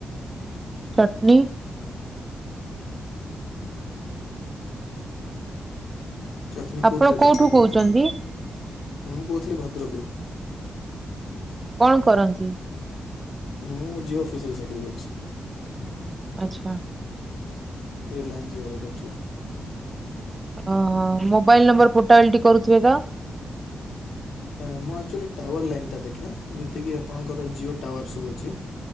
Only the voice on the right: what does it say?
ଚଟନି।
ଆପଣ
କୋଉଠୁ
କହୁଛନ୍ତି
କଣ କରନ୍ତି?
ଆଛ।
ଓହୋ ମୋବାଇଲ ନମ୍ବର ପୋର୍ଟାଲ ଟି କରୁଥିବେ ତ?